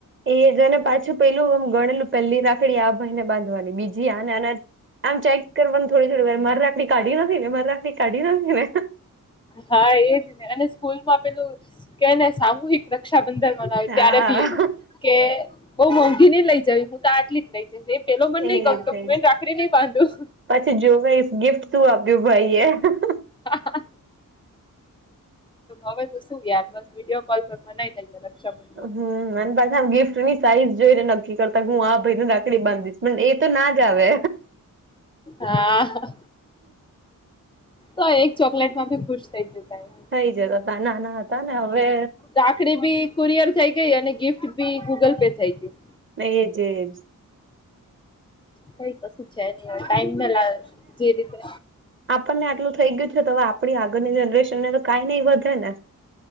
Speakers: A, on the right; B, on the left.
A: એ જને પાછું પેલું આમ ગણેલું પેલી રાખડી આ ભાઈ ને બાંધવાની, બીજી આને આના આમ ચેક કરવાન થોડી થોડી વાર માર રાખડી કાઢી નથી ને, માર રાખડી કાઢી નથી ને,
B: હા એજ ને અને સ્કૂલમાં પેલું કે ને સામૂહિક, રક્ષાબંધન મનાવી
A: હા
B: ત્યારે ભી એવું કે બઉ મોંઘી નઈ લઈ જવી હું તો આટલી જ લઈ જ એ પેલો મન
A: એજ
B: નઈ ગમતો હું
A: એજ
B: એ રાખડી નઈ બાંધું.
A: પછી જોવે તો ગિફ્ટ શું આપ્યું ભાઈ એ,
B: હમ્મ હવે તો શું યાર બસ વિડીયો કોલ પર મનાઈ લઇએ રક્ષાબંધન,
A: હમ્મ અને પાછા આમ ગિફ્ટની સાઈઝ જોઈને નક્કી કરતા, હું આ ભાઈને રાખ- -ડી બાંધિશ પણ એ તો ના જ આવે
B: હા તોઈ એક ચોકલેટમાં ભી ખુશ થઈ જતા એ.
A: થઈ જ હતા નાના હતા ને હવે
B: રાખડી ભી કુરિયર થઈ ગઈ અને ગિફ્ટ ભી ગૂગલ પે થઈ ગયું.
A: ને એજ એજ
B: કઈ કશું છે, હવે ટાઈમ લે જે રીતે
A: આપણને આટલું થઈ ગયું છે તો હવે આપડી આગળની જનરેશન ને તો કાંઈ નઈ વધે ને,